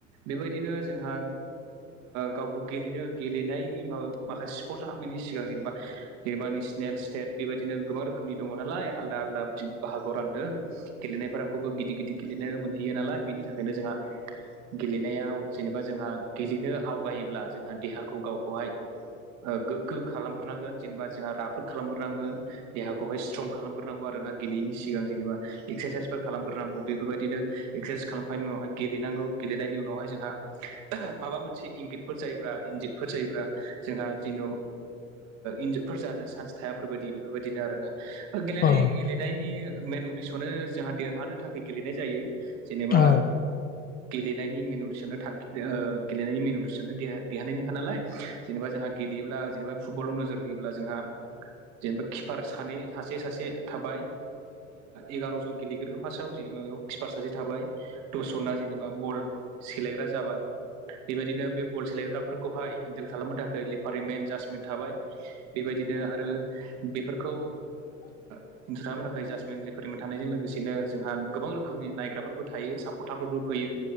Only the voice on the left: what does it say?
औ
नोंथां औ
<inaudible>